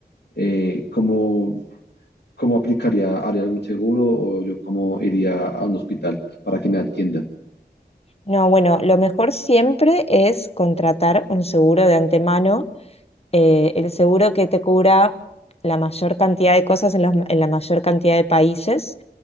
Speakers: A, on the left; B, on the left.
A: eh, ¿cómo, cómo aplicaría? ¿Haría algún seguro o yo cómo iría a un hospital para que me atiendan?
B: No, bueno, lo mejor siempre es contratar un seguro de antemano eh, el seguro que te cubra la mayor cantidad de cosas en, los- en la mayor cantidad de países